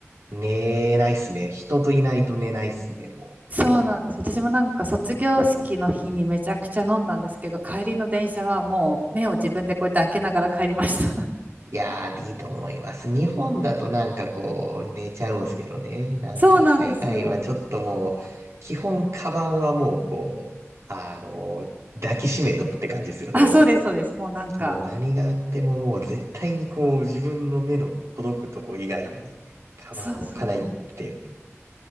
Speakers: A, on the right; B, on the right.
A: 寝ないっすね。人といないと寝ないっすね、も
B: そうなんですよ。私もなんか卒業式の日にめちゃくちゃ飲んだんですけど、帰りの電車はもう目を自分でこうやって開けながら帰りました。
A: う。いやー、いいと思います。日本だとなんかこう、寝ちゃうんすけどね。
B: <laughs>
A: なんか海外はちょっともう、
B: そうなんですよ。
A: 基本カバンはもうこう、あの抱きしめとくって感じですよね、
B: あ、
A: も
B: そうです、そうです。もうなんか、
A: う。もう何があってももう絶対にこう、自分の目の届くとこ以外に、カバンは置かないって、
B: そうそう。